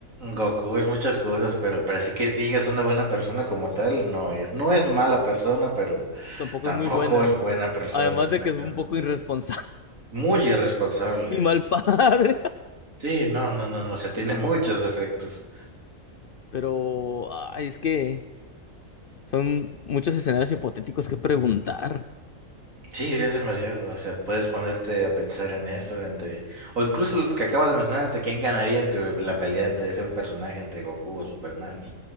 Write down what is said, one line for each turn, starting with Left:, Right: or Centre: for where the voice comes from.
Right: Goku es muchas cosas, pero, pero así que digas una buena persona como tal, no es. No es mala persona, pero
Left: <laughs> Tampoco
Right: tampoco
Left: es muy buena.
Right: es buena persona,
Left: Además
Right: exactamente.
Left: de que es un poco irresponsable
Right: Muy irresponsable.
Left: <laughs> y mal padre.
Right: Sí, no, no, no, no, se tiene muchos defectos.
Left: <laughs> Pero, ay, es que son muchos escenarios hipotéticos que preguntar.
Right: Sí, es demasiado. O sea, puedes ponerte a pensar en eso, entre... o incluso lo que acabas de mencionar, entre quién ganaría entre la pelea entre ese personaje, entre Goku o Superman.